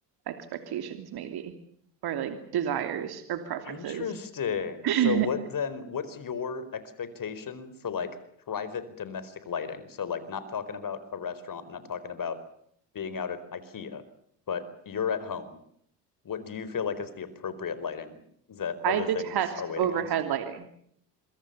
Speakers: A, on the right; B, on the left.
A: expectations maybe, or like desires or preferences.
B: Interesting.
A: <laughs> I
B: So what then, what's your expectation for like private domestic lighting? So like not talking about a restaurant, not talking about being out at IKEA, but you're at home What do you feel like is the appropriate lighting that other
A: detest
B: things are weighed
A: overhead
B: against?
A: lighting.